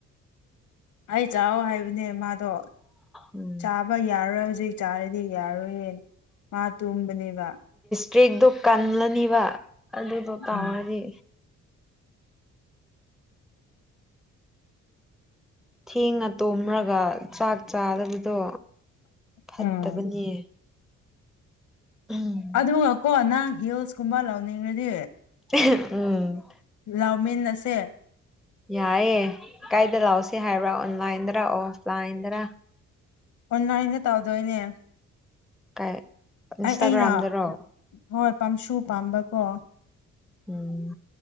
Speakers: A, on the left; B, in the centre.
A: ꯑꯩ ꯆꯥꯛꯑꯣ ꯍꯥꯏꯕꯅꯦ ꯃꯥꯗꯣ
B: ꯎꯝ
A: ꯆꯥꯕ ꯌꯥꯔꯣꯏ ꯍꯧꯖꯤꯛ ꯆꯥꯔꯗꯤ ꯌꯥꯔꯣꯏꯍꯦ ꯃꯥ ꯇꯨꯝꯕꯅꯦꯕ
B: ꯇ꯭ꯔꯦꯛꯇꯣ ꯀꯜꯂꯅꯤꯕ ꯑꯗꯨꯗꯣ ꯇꯥꯔꯗꯤ
A: ꯎꯝ
B: ꯊꯦꯡꯉꯅꯥ ꯇꯣꯝꯂꯒ ꯆꯥꯛ ꯆꯥꯗꯕꯤ ꯑꯗꯣ ꯐꯠꯇꯕꯅꯦ
A: ꯎꯝ
B: ꯎꯝ
A: ꯑꯗꯨꯒ ꯀꯣ ꯅꯪ ꯍꯤꯜꯁꯀꯨꯝꯕ ꯂꯧꯅꯤꯡꯉꯗꯤ
B: ꯎꯝ
A: ꯂꯥꯎꯃꯤꯅꯥ ꯑꯁꯦ
B: ꯌꯥꯏꯑꯌꯦ ꯀꯥꯏꯗ ꯂꯥꯛꯁꯤ ꯍꯥꯏꯕ꯭ꯔꯥ ꯑꯣꯟꯂꯥꯏꯟꯗꯔ ꯑꯣꯐ ꯂꯥꯏꯟꯗꯔ <unintelligible>
A: ꯑꯣꯟꯂꯥꯏꯅ ꯇꯧꯗꯣꯏꯅꯦ
B: ꯀꯥꯏ ꯏꯟꯁꯇꯥꯒ꯭ꯔꯥꯝꯗꯔꯣ
A: ꯑꯩ ꯑꯩꯅ ꯍꯣꯏ ꯄꯥꯝꯁꯨ ꯄꯥꯝꯕꯀꯣ
B: ꯎꯝ